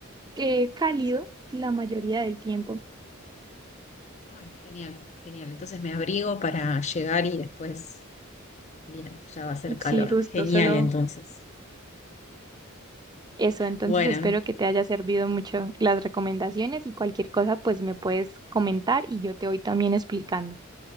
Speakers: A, on the right (about 20°); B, on the left (about 35°).
A: eh, cálido la mayoría del tiempo.
B: Ay, genial, genial. Entonces me abrigo para llegar y después, bien, ya va a ser calor.
A: Sí, justo,
B: Genial,
A: solo
B: entonces.
A: eso. Entonces
B: Bueno,
A: espero que te haya servido mucho las recomendaciones y cualquier cosa pues me puedes comentar y yo te voy también explicando.